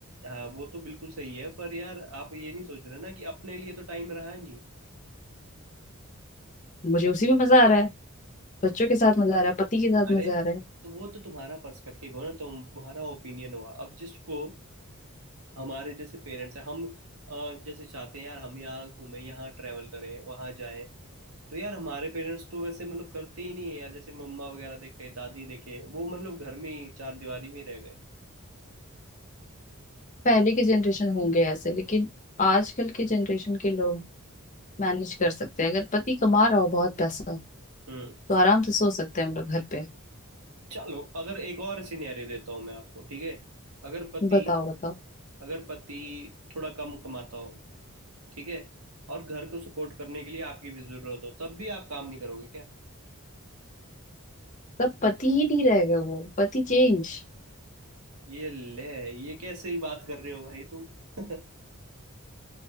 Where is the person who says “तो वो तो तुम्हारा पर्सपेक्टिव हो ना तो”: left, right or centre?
Right